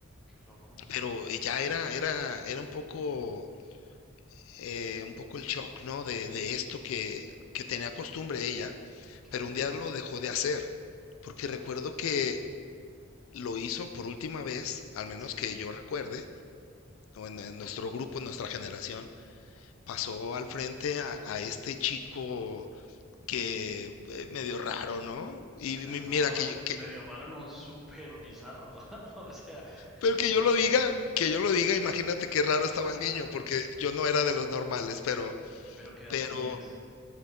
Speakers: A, in the centre; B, on the left.
A: Qué loco.
B: pero eh, ya era, era, era un poco, eh, un poco el shock, ¿no? De, de esto que, que tenía costumbre ella,
A: Claro.
B: pero un día lo dejó de hacer, porque recuerdo que lo hizo por última vez, al menos
A: Sí.
B: que yo recuerde, o en, en nuestro grupo, en nuestra generación, pasó al frente a, a este chico que eh, medio raro, ¿no? Y
A: Cla-
B: mi-
A: no,
B: mira, que,
A: ra-
B: yo- que-
A: medio raro, no, súper bizarro. <laughs> O sea,
B: pero
A: <laughs>
B: que yo lo diga, que yo lo diga, imagínate qué raro estaba
A: Claro,
B: el niño, porque yo no era de los normales, pero,
A: pero ¿qué edad
B: pero,
A: tenías?